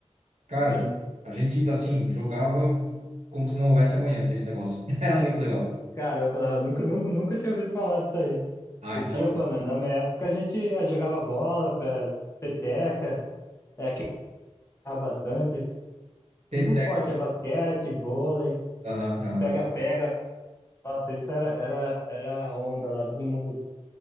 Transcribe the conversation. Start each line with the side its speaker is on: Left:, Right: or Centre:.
Right: Cara,
Left: Sim.
Right: a gente assim jogava como se não houvesse amanhã esse negócio. <laughs> Era muito legal.
Left: Caramba, eu nunca, nunca, nunca tinha ouvido falar disso aí.
Right: Ah,
Left: Eu
Right: então
Left: tinha, pô, na, na minha época a gente eh, jogava bola, eh, peteca, é, queimava bastante.
Right: peteca.
Left: Esses esportes, é basquete, vôlei,
Right: Aham, aham.
Left: pega-pega. Nossa, isso era, era, era onda lá, todo mundo.